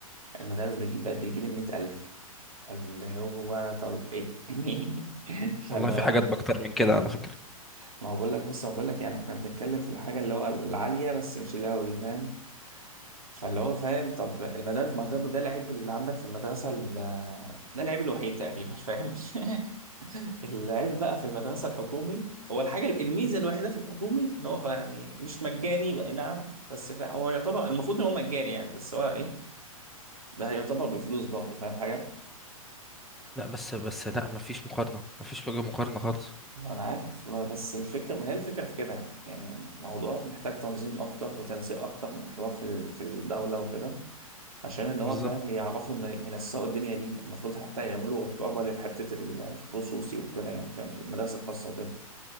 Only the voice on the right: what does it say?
المدارس بتجيب بقت بتجيب ال 100000 فاللي هو بقى طب ايه <laughs> فاللي
هو
ما هو بقول لك بص ما بقول لك يعني احنا بنتكلم في الحاجه اللي هو العاليه بس مش اللي هو فاهم فاللي هو فاهم طب المدارس ما ده ده العيب اللي عندك في المدرسه ال- ده العيب الوحيد تقريبا فاهم <laughs> العيب بقى في المدرسة الحكومي هو الحاجة الميزة الوحيدة في الحكومي ان هو يعني مش مجاني بقى نعم بس فا هو يعتبر المفروض ان هو مجاني يعني بس هو ايه ده يعتبر بفلوس برضه فاهم حاجة؟
ما انا عارف بس الفكرة ما هي الفكرة في كده يعني يعني الموضوع محتاج تنظيم اكتر وتنسيق اكتر من حوار في ال- في الدولة وكده عشان ان هو
فاهم يعرفوا ان ينسقوا الدنيا دي المفروض حتى يعملوا رقابة لحتة ال- الخصوصي وكده يعني فاهم المدارس الخاصة وكده